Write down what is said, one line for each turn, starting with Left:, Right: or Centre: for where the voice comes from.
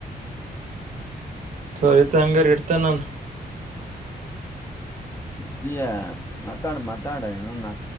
Right: ಸರಿತ ಹಂಗಾರ ಇಡ್ತ ನಾನನ್
Left: ಕಟ್ಟಿಯ ಮಾತಾಡು ಮಾತಾಡ ಇನಂದ